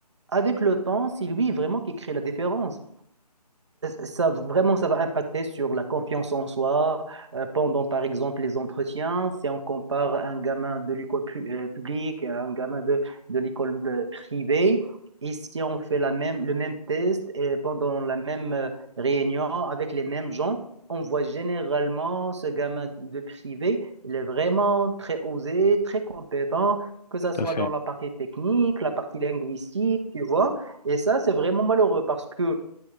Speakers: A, on the right (about 45°); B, on the left (about 75°).
A: avec le temps, c'est lui vraiment qui crée la différence ça vraiment ça va impacter sur la confiance en soi euh, pendant par exemple les entretiens si on compare un gamin de l'école pu- euh, publique à un gamin de, de l'école euh, privée et si on fait la même le même test et pendant la même euh, réunion avec les mêmes gens on voit généralement ce gamin de privé il est vraiment très osé très compétent que ça
B: tout
A: soit
B: à fait.
A: dans la partie technique la partie linguistique tu vois et ça, c'est vraiment malheureux parce que